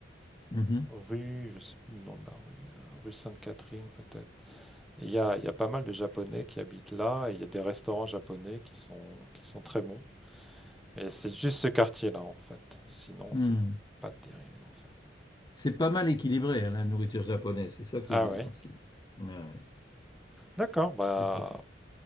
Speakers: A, on the left (about 25°); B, in the centre.
A: Mhm.
B: rue, je sais plus le nom de la rue, rue Sainte-Catherine peut-être. Il y a, il y a pas mal de Japonais qui habitent là, et il y a des restaurants japonais qui sont, qui sont très bons. Et c'est juste ce quartier-là en fait. Sinon,
A: Mm.
B: c'est pas terrible. en fait.
A: C'est pas mal équilibré, hein, la nourriture japonaise. C'est ça qui
B: Ah
A: est bien
B: ouais.
A: aussi. Ouais, ouais.
B: D'accord, bah,
A: Tout à